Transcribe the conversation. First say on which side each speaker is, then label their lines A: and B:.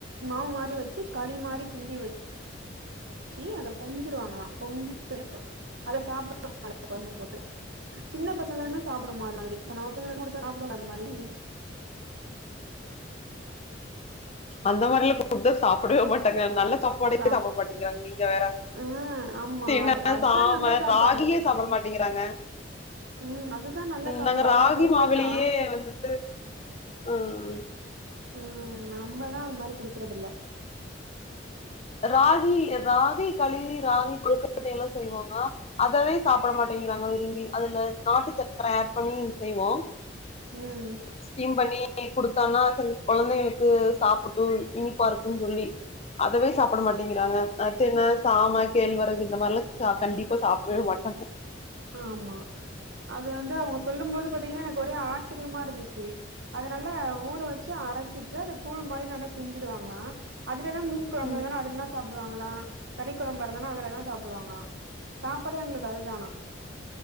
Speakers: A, on the right; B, on the left.
A: மாவு மாறி வச்சி களி மாறி கிண்டி வெச் ச்சி அத பொங்கிடுவாங்களா பொங்கிட்டு அத சாப்பிடுவாங்களா கொழம்பு போட்டு சின்ன பசங்களுமே சாப்புடுமா அது மாதிரி ஏ பசங்களுக்கு கொடுத்தா சாப்புடுங்கலா அதுமாரி
B: அந்த மாதிரில்லா குடுத்தா சாப்பிடவே மாட்டாங்க நல்லா சாப் பாடே
A: சா
B: சாப்பிட மாட்டேங்கிறாங்க நீங்க வேற
A: ஆ ஆமா
B: தின
A: அது அதுதா
B: சாம
A: நல்ல சாப்பாடு
B: ராகியே சாப்பிட மாட் அப்டிங்கிறாங்க
A: ம் அதுதா நல்ல சாப்பாடு
B: நாங்க
A: அவங்க
B: ராகி
A: குடுக்கறதா
B: மாவுளியே வந்து அ அ
A: ம் நம்பதா அது மாரி குடுக்குறது இல்ல
B: ராகி ராகை கலி ராகை குழுக்கட்டை எல்லா செய்வாங்க அதவே சாப்பிட மாட்டேங்கிறாங்க விரும்பி அதுல நாட்டு சக்கர ஆட் பண்ணி செய்வோ
A: ம்
B: ஸ்டீம் பண்ணி குடுத்தான்னா கொழந்தைங்களுக்கு சாப்புட்டு இனிப்பா இருக்குனு சொல்லி அதவே சாப்பிட மாட்டேங்கிறாங்க தென சாம கேழ்வரகு இந்த மாரி எல்லா கண்டிப்பா சாப்பிடவே மாட்டாங்க <inaudible>
A: ஆமா அது வந்து அவுங்க சொல்லு போது பாத்தீங்கன்னா எனக்கு ஒரே ஆச்சரியமா இருந்துச்சி அதனால ஊற வச்சு அரச்சிட்டு அத கூழ் மாரி நல்லா கிண்டிடுவாங்களா அதுலேதா மீன் கொழம்பு
B: ம்
A: <unintelligible> சாப்பிடுவாங்களா கறி கொழம்பரதனா அதுலதா சாப்படுவாங்களா சாப்பாடு எங்களுக்கு அதுதானா